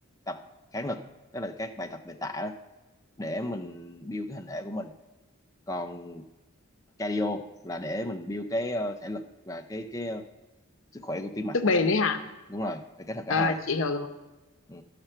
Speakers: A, on the left; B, on the left.
A: tập kháng lực tức là các bài tập về tạ đó, để mình build cái hình thể của mình còn cardio là để mình build cái ờ, thể lực và cái cái ờ, sức khỏe của tim mạch
B: sức bền đấy hả
A: đúng rồi phải kết hợp cả
B: à,
A: hai
B: chị hiểu rồi
A: ừ.